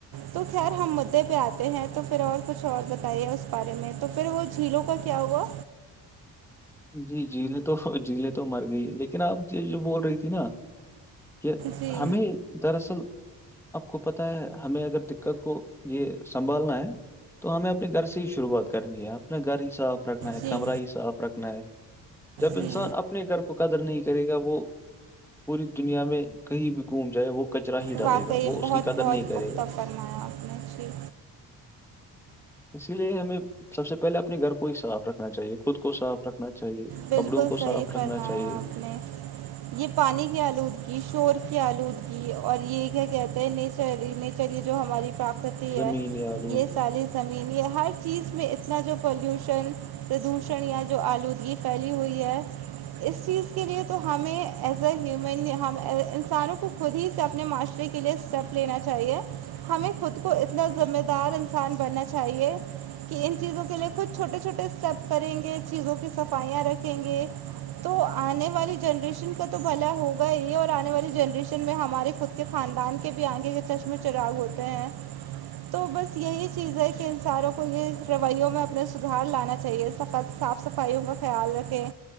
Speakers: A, on the right; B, in the centre.
A: تو خیر ہم مدعے پہ آتے ہیں تو پھر اور کچھ اور بتائیے اس بارے میں تو پھر وہ جھیلوں کا کیا ہوا
B: جی جیلیں تو جھیلیں تو مر گئی لیکن آپ یہ جو بول رہی تھی نا کہ
A: جی
B: ہمیں دراصل آپ کو پتہ ہے ہمیں اگر دقت کو یہ سنبھالنا ہے تو ہمیں اپنے گھر سے ہی شروعات کرنی ہے اپنے گھر ہی صاف رکھنا ہے
A: جی
B: کمرہ ہی صاف رکھنا ہے جب
A: جی
B: انسان اپنے گھر کو قدر نہیں کرے گا وہ پوری دنیا میں کہیں بھی گھوم جائے وہ کچرا ہی ڈالے
A: واقعی
B: گا وہ اس
A: بہت
B: کی قدر
A: بہت
B: نہیں کرے
A: پختہ
B: گا
A: فرمایا آپ نے جی
B: اسی لیے ہمیں سب سے پہلے اپنے گھر کو ہی صاف رکھنا چاہیے خود کو صاف رکھنا چاہیے
A: بالکل
B: کپبڑوں کو
A: صحیح
B: صاف
A: فرمایا
B: رکھنا چاہیے
A: آپ نے یہ پانی کی آلود یہ شور کی آلود اور یہ کیا کہتے ہیں نیچر نیچر یہ جو ہماری پراکرتی
B: زمینی
A: ہے
B: آلودگی
A: یہ ساری زمین یہ ہر چیز میں اتنا جو پالوشن پردوشن یا جو آلودگی پھیلی ہوئی ہے اس چیز کے لیے تو ہمیں ایز اے ہیومن ہم انسانوں کو خود ہی اپنے ماسٹری کے لیے اسٹیپ لینا چاہیے ہمیں خود کو اتنا ذمہ دار انسان بننا چاہیے کہ ان چیزوں کے لیے کچھ چھوٹے چھوٹے اسٹیپ کریں گے چیزوں کی صفائیاں رکھیں گے تو آنے والی جنریشن کا تو بھلا ہوگا ہی اور آنے والی جنریشن میں ہمارے خ اس کے خاندان کے پ آنگے کے چشمے چراغ ہوتے ہیں تو بس یہی چیز ہے کہ انسانوں کو یہ رویوں میں اپنا سدھار لانا چاہیے سخت صاف صفائیوں کا خیال رکھے